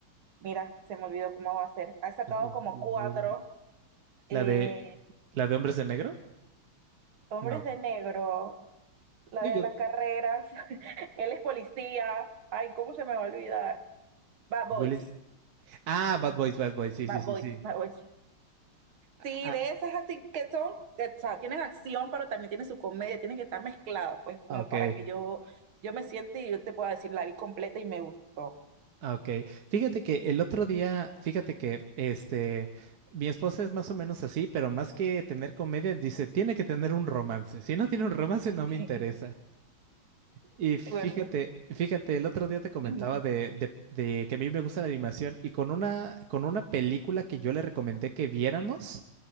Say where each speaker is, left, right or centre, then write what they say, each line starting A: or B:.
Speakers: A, on the right; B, on the right.
A: Mira, se me olvidó cómo va a ser. Ha sacado
B: U-
A: como cuatro.
B: Will-
A: eh,
B: La de, la de hombres de negro?
A: Hombres
B: No.
A: de Negro, la
B: Digo,
A: de las carreras. <laughs> Él es policía. Ay, ¿cómo se me va a olvidar? Bad Boys.
B: Willis. Ah, Bad Boys, Bad Boys, sí,
A: Bad
B: sí, sí,
A: Boys,
B: sí.
A: Bad Boys. Sí,
B: Ah,
A: de esas así que son, que, o sea, tienen acción, pero también tienen su comedia, tienen que estar mezcladas, pues, como
B: ah, ok.
A: para que yo, yo me siente y yo te pueda decir, la vi completa y me gustó.
B: Ah, Ok, fíjate que el otro día, fíjate que este, mi esposa es más o menos así, pero más que tener comedia, dice, tiene que tener un romance. Si no tiene un romance,
A: Ok,
B: no me interesa.
A: <laughs>
B: Y fíjate,
A: Bueno,
B: fíjate, el otro día te comentaba
A: ujú,
B: de, de- de que a mí me gusta la animación y con una, con una película que yo le recomendé que viéramos